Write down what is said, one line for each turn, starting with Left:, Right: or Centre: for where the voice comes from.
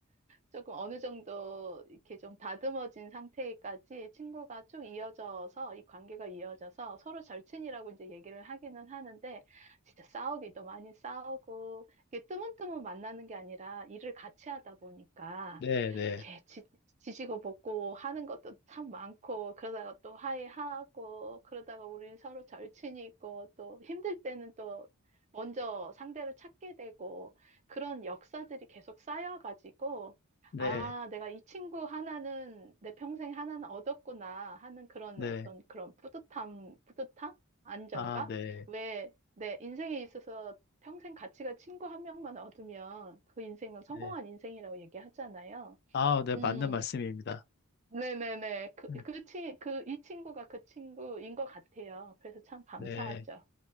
Right: 조금 어느 정도 이렇게 좀 다듬어진 상태까지 친구가 쭉 이어져서 이 관계가 이어져서 서로 절친이라고 이제 얘기를 하기는 하는데 진짜 싸우기도 많이 싸우고 이게 뜨문뜨문 만나는 게 아니라 일을 같이 하다 보니까
Left: 네, 네,
Right: 이렇게 지, 지지고 볶고 하는 것도 참 많고 그러다가 또 화해하고 그러다가 우리 서로 절친이고 또 힘들 때는 또 먼저 상대를 찾게 되고 그런 역사들이 계속 쌓여가지고
Left: 네,
Right: 아, 내가 이 친구 하나는 내 평생 하나는 얻었구나 하는 그런
Left: 네.
Right: 어떤 그런 뿌듯함, 뿌듯함? 안정감?
Left: 아, 네.
Right: 왜 내 인생에 있어서 평생 가치가 친구 한 명만 얻으면 그 인생은 성공한
Left: 네.
Right: 인생이라고 얘기하잖아요.
Left: 아, 네,
Right: 음,
Left: 맞는 말씀입니다.
Right: 네네네. 그,
Left: 음,
Right: 그 친, 그, 이 친구가 그 친구인 것 같아요. 그래서 참 감사하죠.
Left: 네,